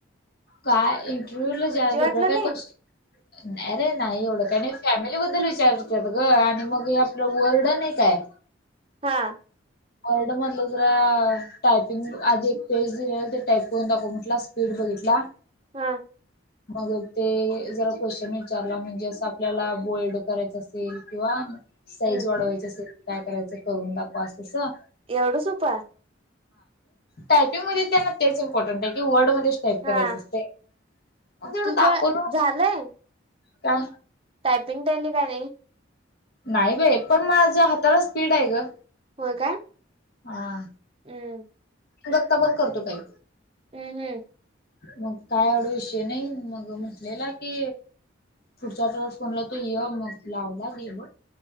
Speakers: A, on the left (about 50°); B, on the right (about 30°).
A: काय इंटरव्ह्यू ला
B: भीती
A: जा
B: वाटलं
A: बगर काय
B: नाही
A: कष्ट अरे नाही एवढं काही नाही फॅमिली बद्दल विचारतात ग आणि मग आपलं वर्ड नाही काय.
B: हा.
A: वर्ल्ड मधलं जरा टायपिंग आधी एक पेज दिले ते टाईप करून दाखवू म्हटलं फिल्ड बघितला.
B: हम्म.
A: मग ते जरा क्वेश्चन विचारला म्हणजे असं आपल्याला बोल्ड करायचं असेल किंवा साईज
B: हम्
A: वाढवायची असेल क काय करायचं करून दाखवा अस. अस
B: एवढं सोप
A: टायपिंग म त्यांना तेच इम्पॉर्ट आहे क वर्डमध्ये टाईप
B: हा
A: करायच असते मग तेवढ
B: तुझ
A: दाखवलं
B: झालंय
A: का.
B: टायपिंग टेली का नाही
A: नाही बाई पण माझ्या हाताला स्पीड आहे ग.
B: होय काय.
A: हा
B: हम्म
A: गत्ता पण करतो काही
B: हम्म हम्म.
A: मग काय एवढा विषय नाही मग म्हटलेला की पुढच्या आठेस फोनला तू ये मग लावला गेल.